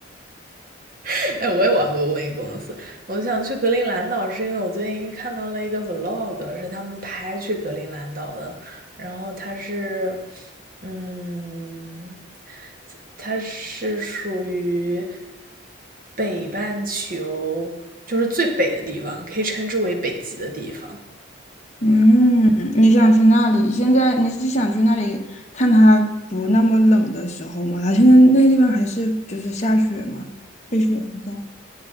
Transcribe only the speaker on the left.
嗯，你想去那里？现在你是想去那里看它不那么冷的时候吗？它现在那个地方还是就是下雪嘛，被雪覆盖。